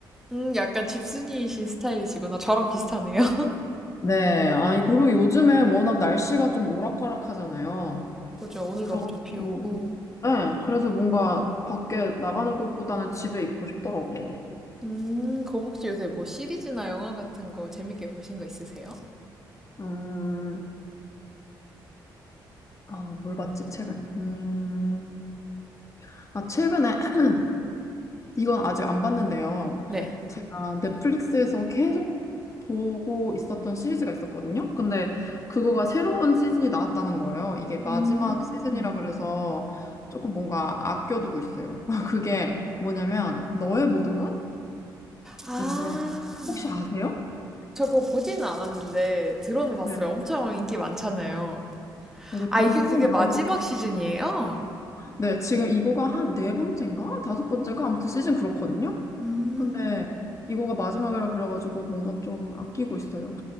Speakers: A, in the centre; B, on the left.
A: 음, 약간 집순이이신 스타일이시구나. 저랑 비슷하네요. <laughs>
B: 네. 아니, 그리고 요즘에 워낙 날씨가 좀 오락가락하잖아요.
A: 그죠? 오늘도
B: 그래가지고,
A: 엄청 비 오고.
B: 네. 그래서 뭔가 밖에 나가는 것보다는 집에 있고 싶더라고요.
A: 음, 그럼 혹시 요새 뭐 시리즈나 영화 같은 거 재밌게 보신 거 있으세요?
B: 음, 아, 뭘 봤지, 최근에? 음, 아, 최근에 <clears throat> 이건 아직 안 봤는데요.
A: 네.
B: 제가 넷플릭스에서 계속 보고 있었던 시리즈가 있었거든요. 근데 그거가 새로운 시즌이 나왔다는 거예요. 이게 마지막
A: 음.
B: 시즌이라 그래서 조금 뭔가 아껴두고 있어요. <laughs> 그게 뭐냐면 너의 모든
A: 아,
B: 것인데 혹시 아세요?
A: 저 그거 보지는 않았는데 들어는 봤어요.
B: 네.
A: 엄청 인기 많잖아요.
B: 맞아,
A: 아,
B: 그거
A: 이게 그게
B: 처음
A: 마지막
B: 나왔을 때.
A: 시즌이에요?
B: 네, 지금 이거가 한 네 번째인가? 다섯 번째가 아무튼 시즌 그렇거든요.
A: 음.
B: 근데 이거가 마지막이라 그래가지고 뭔가 좀 아끼고 있어요.